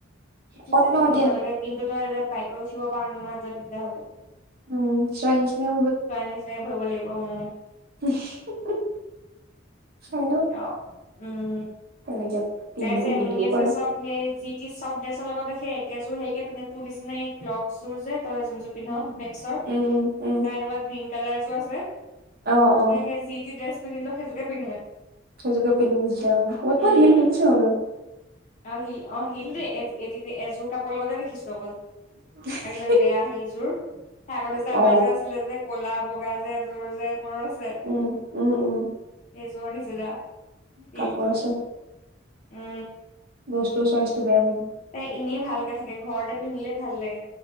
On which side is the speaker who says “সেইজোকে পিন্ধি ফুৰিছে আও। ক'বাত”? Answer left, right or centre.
Right